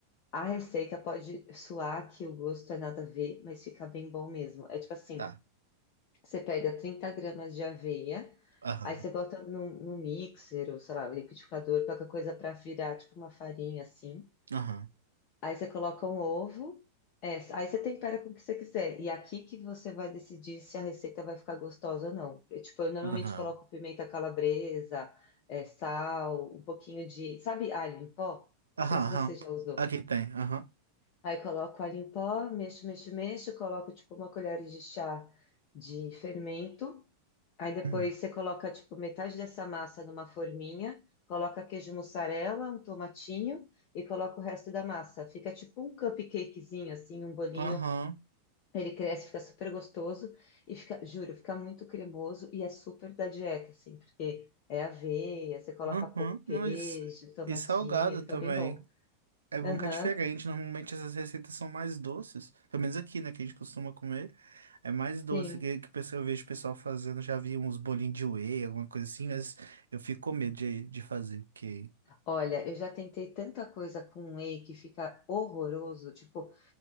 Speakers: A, on the left; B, on the right.
A: A receita pode suar que o gosto é nada a ver, mas fica bem bom mesmo. É tipo assim.
B: Tá.
A: Você pega 30 gramas de aveia,
B: Aham.
A: aí você bota no, no mixer ou, sei lá, liquidificador, qualquer coisa para virar tipo uma farinha assim.
B: Aham.
A: Aí você coloca um ovo, é, aí você tempera com o que você quiser. E aqui que você vai decidir se a receita vai ficar gostosa ou não. Eu, tipo, eu normalmente
B: Aham.
A: coloco pimenta calabresa, é, sal, um pouquinho de, sabe, alho em pó?
B: Aham.
A: Não sei se
B: Aham.
A: você já usou.
B: Aqui tem. Aham.
A: Aí eu coloco alho em pó, mexo, mexo, mexo, coloco tipo uma colher de chá de fermento. Aí depois
B: Hum.
A: você coloca, tipo, metade dessa massa numa forminha, coloca queijo mussarela, um tomatinho e coloca o resto da massa. Fica tipo um cupcakezinho, assim, um bolinho.
B: Aham.
A: Ele cresce, fica super gostoso e fica, juro, fica muito cremoso e é super da dieta, assim, porque é aveia, você coloca
B: Aham.
A: pouco queijo,
B: Não, e, s-
A: tomatinho,
B: e salgado
A: fica
B: também.
A: bem bom.
B: É bom
A: Aham,
B: que é diferente. Normalmente essas receitas são mais doces. Pelo menos aqui, né? Que a gente costuma comer. É mais doce
A: sim.
B: que, que o pessoal- eu vejo o pessoal fazendo. Já vi uns bolinhos de whey, alguma coisa assim. Mas eu fico com medo de, de fazer. Porque...
A: Olha, eu já tentei tanta coisa com whey que fica horroroso, tipo.